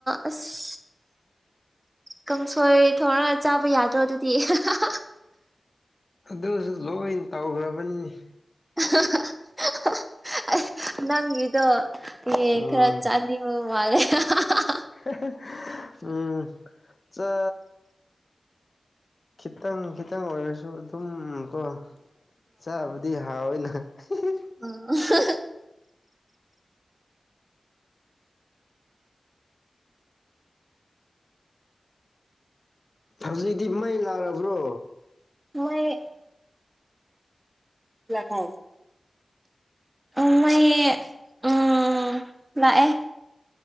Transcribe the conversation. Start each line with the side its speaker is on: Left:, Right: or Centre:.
Right: ꯑꯁ ꯀꯪꯁꯣꯏ ꯊ‌ꯣꯡꯔ ꯆꯥꯕ ꯌꯥꯗ꯭ꯔꯣ ꯑꯗꯨꯗꯤ <unintelligible>
Left: ꯑꯗꯨꯁꯨ ꯂꯣꯏ ꯇꯧꯈ꯭ꯔꯕꯅꯤꯅ‌ꯦ
Right: <unintelligible> ꯅꯪꯒꯤꯗꯣ ꯌꯦꯟ
Left: ꯎꯝ
Right: ꯈꯔ ꯆꯥꯅꯤꯡꯕ ꯃꯥꯜꯂ‌ꯦ <unintelligible>
Left: <unintelligible> ꯎꯝ ꯆꯥ ꯈꯤꯇꯪ ꯈꯤꯇꯪ ꯑꯣꯏꯔꯁꯨ ꯑꯗꯨꯝ ꯀꯣ ꯆꯥꯕꯗꯤ ꯍꯥꯎꯏꯅ <unintelligible>
Right: ꯑꯣ <unintelligible>
Left: ꯍꯧꯖꯤꯛꯗꯤ ꯃꯩ ꯂꯥꯛꯂꯥꯕ꯭ꯔꯣ
Right: ꯃꯣꯏ <unintelligible> ꯑ ꯃꯩ ꯎꯝ ꯂꯥꯛꯑꯦ